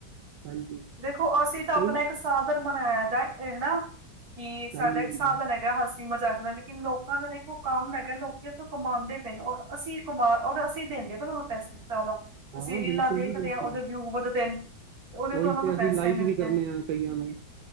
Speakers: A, on the right; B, on the right.
A: ਹਾਂਜੀ,
B: ਦੇਖੋ, ਅਸੀਂ ਤਾਂ
A: ਕਈ
B: ਆਪਣਾ, ਇੱਕ ਸਾਥ ਸਾਧਨ ਬਨਾਇਆ ਦਾ ਦੇਖਣਾ ਕਿ, ਸਾਡਾ
A: ਹਾਂਜੀ-ਹਾਂਜੀ,
B: ਇੱਕ ਸਾਧਨ ਹੈਗਾ ਬਸ ਮਜ਼ਾਕ ਦਾ, ਲੇਕਿਨ ਲੋਕਾਂ ਦਾ ਦੇਖੋ ਕੰਮ ਹੈਗਾ, ਲੋਕੀਂ ਇਥੋਂ ਕਮਾਉਂਦੇ ਪਏ ਨੇ ਔ ਅਸੀਂ ਇੱਕ ਵਾਰ, ਉਦਾ ਅਸੀਂ ਦਿੰਦੇ ਪਏ ਓ ਪੈਸੇ ਚਲੋ
A: ਹਾਂ
B: ਅਸੀਂ ਰੀਲਾਂ
A: ਬਿਲਕੁਲ
B: ਤੇ,
A: ਜੀ ਬਿਲਕੁਲ।
B: ਕਦੇ ਉਦੇ ਵਿਊ ਵੱਧ ਤੇ ਉਦੇ
A: ਉਹੀ
B: ਤੋਂ ਉਹਨਾਂ
A: ਤੇ
B: ਨੂੰ
A: ਅਸੀਂ
B: ਪੈਸੇ
A: ਲਾਈਕ
B: ਮਿਲਦੇ,
A: ਵੀ ਕਰਨੇ ਹਾਂ ਕਈਆਂ ਨੂੰ।